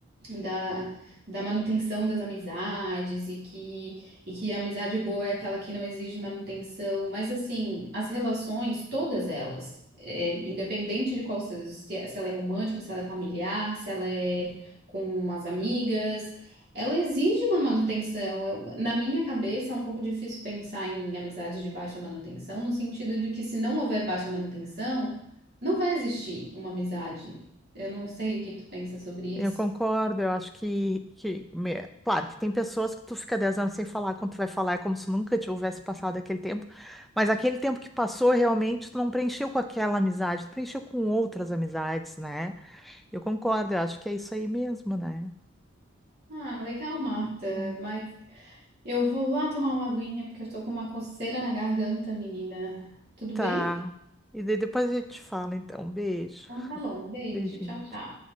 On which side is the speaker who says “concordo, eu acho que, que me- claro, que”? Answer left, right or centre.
Centre